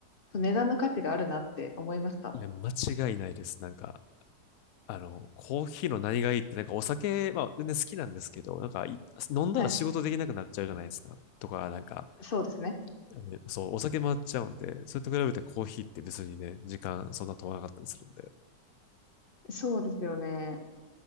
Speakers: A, on the left; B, on the left.
A: その値段の価値があるなって思いました。
B: いや、間違いないです。なんか、あの、コーヒーの何がいいって、なんかお酒、まあ、全然好きなんですけど、なんか、い飲んだら仕事できなくなっちゃうじゃないですか。
A: はい。
B: とか、なんか、
A: そうですね。
B: あのそう、お酒回っちゃうんで、それと比べてコーヒーって別にね、時間そんな飛ばなかったりするんで。
A: そうですよね。